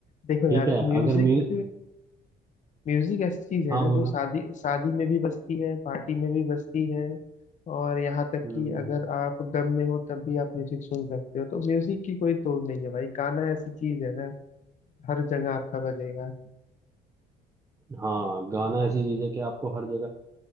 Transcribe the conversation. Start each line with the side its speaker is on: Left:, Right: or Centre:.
Left: देखो यार
Right: ठीक है
Left: म्यूजिक
Right: अगर म्यू
Left: म्यूजिक ऐसी चीज है
Right: हाँ
Left: ना
Right: बोलो
Left: जो शादी शादी में भी बजती है पार्टी में भी बजती है और यहाँ तक
Right: हम्म
Left: कि अगर आप गम में हो तब भी आप म्यूजिक सुन सकते हो तो म्यूजिक की कोई तोड़ नहीं है भाई गाना ऐसी चीज है ना हर जगह आपका बजेगा
Right: हाँ गाना ऐसी चीज है कि आपको हर जगह